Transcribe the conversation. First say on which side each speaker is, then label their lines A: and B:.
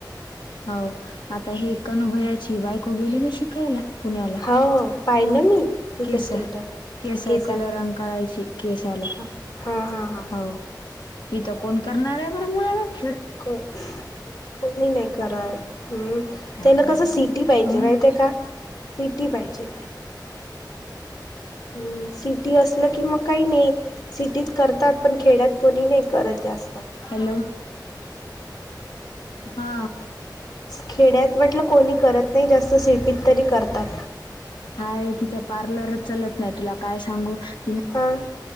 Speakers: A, on the left (about 90°); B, on the left (about 60°).
A: हो आता हे कनुभैयाची बायको गेली ना शिकायला. पुण्याला
B: हा ओ पाहिलं मी तिचा
A: केस
B: स्टेटस
A: केस
B: केसाच.
A: कलरंग करायची केसाला
B: हा हा हा हा
A: हो इथं कोण करणार आहे बरं मुळावत
B: कोनं कोणी नाही करत हम्म
A: काय
B: त्याला कसं सि टी
A: हो
B: पाहिजे माहितेय
A: ना
B: का सिटी पाहिजे. हम्म सिटी असलं की मग काही नाही सिटीत करतात पण खेड्यात कोणी नाही करत जास्
A: हॅलो हा
B: खेड्यात म्हटलं कोणी करत नाही जास्त सिटीत तरी करतात.
A: हा एकीचा पार्लरच चलत नाय तुला काय सांगू तिनं
B: हां